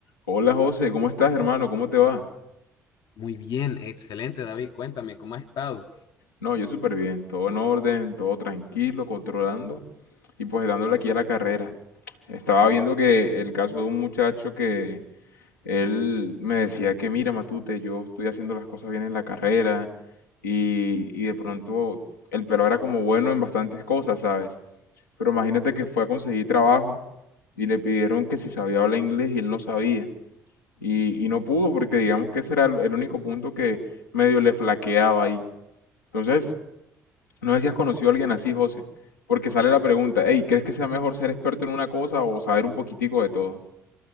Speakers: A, on the left; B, on the left.
A: Hola José, ¿cómo estás hermano? ¿Cómo te va?
B: Muy bien, excelente, David. Cuéntame, ¿cómo has estado?
A: No, yo súper bien, todo en orden, todo tranquilo, controlando y pues dándole aquí a la carrera. Estaba viendo que el caso de un muchacho que él me decía que mira Matute, yo estoy haciendo las cosas bien en la carrera y, y de pronto el pelo era como bueno en bastantes cosas, ¿sabes? Pero imagínate que fue a conseguir trabajo y le pidieron que si sabía hablar inglés y él no sabía. Y, y no pudo porque digamos que ese era el el único punto que medio le flaqueaba ahí. Entonces, no sé si has conocido a alguien así, José, porque sale la pregunta, hey, ¿crees que sea mejor ser experto en una cosa o saber un poquitico de todo?